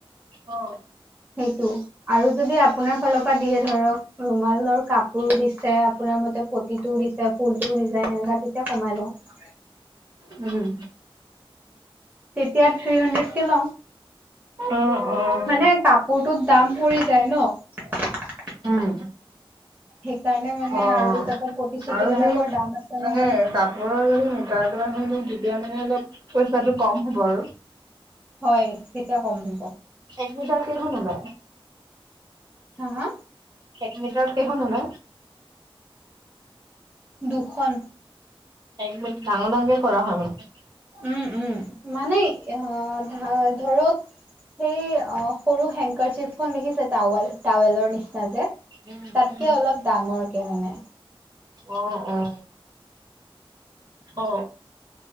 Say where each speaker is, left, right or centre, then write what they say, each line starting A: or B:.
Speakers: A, on the right (about 45°); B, on the right (about 20°).
A: অ
B: সেইটো আৰু যদি আপ আপোনাৰ ফালৰ পৰা দিয়ে ধৰক ৰুমালৰ কাপোৰ দিছে আপোনাৰ মতে পতিটোও দিছে ফুলটো দিছে এনেকা তেতিয়া কমাই লওঁ
A: উম
B: তেতিয়া আৰু থ্ৰী হণ্ড্ৰেড কে লও
A: অ', অ',
B: মানে কাপোৰটোত দাম পৰি যায় ন
A: উম,
B: সেইকাৰণে মানে
A: অ'।
B: আৰু তাতে পতিচতি
A: আৰু
B: বিলাকৰ
A: সেই
B: দাম আছে
A: মানে
B: নহয়
A: কাপোৰৰ যদি মিটাৰটো আনি দিও তেতিয়া মানে অলপ পইচাটো কম হ'ব আৰু
B: হয় তেতিয়া কম হব
A: একমিতা কেইখন ওলাই
B: হা হা
A: একমিটাত কেইখন ওলাই
B: দুখন।
A: এক মিট ডাঙৰ ডাঙকে কৰা হয় মানে?
B: উম উম মানে অ ধা ধৰক সেই সৰু হেংকাৰ চিপখন দেখিছে? টাৱাল টাৱেলৰ নিচিনা যে।
A: উম, উম,
B: তাতকে
A: উম,
B: অলপ ডাঙৰকে মানে।
A: অ অ অ।